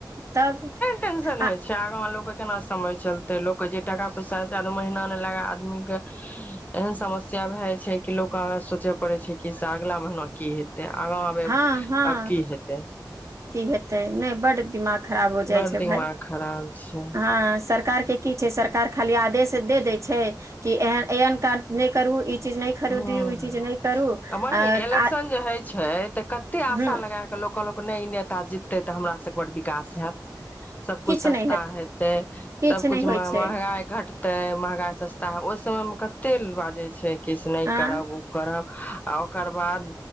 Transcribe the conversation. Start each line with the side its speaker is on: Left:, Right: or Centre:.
Right: तब
Left: टेंशन
Right: आ
Left: होय छै आग केना समय चलते लोक के जे टाका पैसाद महीना ला आदमी के एहन समस्या भए जा छै कि लोग आग सोचे पड़े छै कि से अगला महीना की हेत आगाँ अबै
Right: हँ हँ
Left: तब की हेतै
Right: की हेतै नहि बड दिमाग खराब हो जाइ
Left: बड़
Right: छै
Left: दिमाग
Right: भ
Left: खराब छै
Right: ह सर के की छै सरकार खाली आदेश दे दै छै कि ए एहन काज करू चीज नहि खरीदी
Left: हूँ
Right: ओ चीज नहि करू
Left: बहिन
Right: आ
Left: इलेक्शन जे होइ छै तऽ कते आशा
Right: हूँ
Left: लगा क लोक कहलक नहि ई नेता जीतै तऽ हमरा सभके बड़ विकास हैत सबकुछु
Right: किछु
Left: सस्ता
Right: नहि
Left: हेतै
Right: किछु
Left: सबकछ
Right: नहि होइ
Left: महगाइ
Right: छै
Left: घटतै महगाइ सस्ता ओहि समयमे क तेल बाजै छै किछु नहि
Right: आँ
Left: करब ओ करब आ ओकर बाद